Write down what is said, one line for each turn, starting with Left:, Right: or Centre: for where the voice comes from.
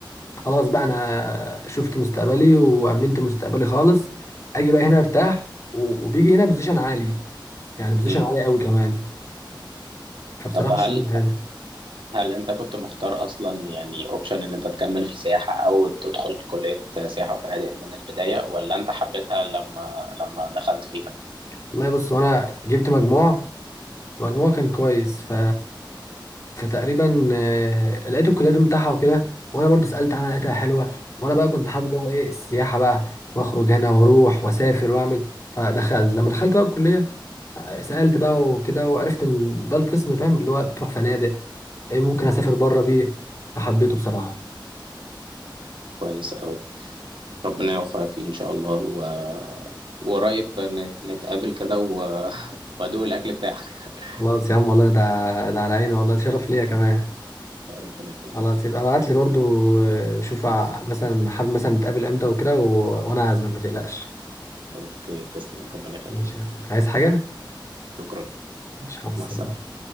Left: خلاص بقى انا شفت مستقبلي وامنت مستقبلي خالص اجي بقى هنا ارتاح و- وبيجي هنا بوزيشن عالي يعني بوزيشن
Right: امم
Left: عالي قوي كمان فبصراحه
Right: طب هل
Left: مش فاهم
Right: هل انت كنت مختار اصلا يعني اوبشن ان انت تكمل في سياحه او تدخل كليه سياحه وفنادق من البدايه ولا انت حبيتها لما لما دخلت فيها
Left: والله بص وانا جبت مجموع مجموعه كان كويس ف فتقريبا آه، لقيت الكليه بتاعها وكده وانا برضو سالت عنها لقيتها حلوه وانا بقى كنت حابب جو ايه السياحه بقى واخرج هنا واروح واسافر واعمل فدخلت لما دخلت بقى الكليه آه، سالت بقى وكده وعرفت ان ده القسم فاهم اللي هو بتروح فنادق إيه ممكن اسافر بره بيه فحبيته بصراحه
Right: كويس أوي ربنا يوفقك فيه إن شاء الله و... وقريب نت... نتقابل كده و... <laughs> وأدوق الأكل بتاعك <laughs>
Left: خلاص يا عم والله ده ده على عيني والله شرف ليا كمان
Right: ربنا يخليك
Left: خلاص يبقى ابعت لي برضو آه، شوف ع- مثلا حابب مثلا نتقابل امتى وكده و... وانا عازمك ما تقلقش
Right: أوكي تسلم ربنا يخليك
Left: مش عايز حاجة
Right: شكرا
Left: مش حاسس
Right: مع السلامة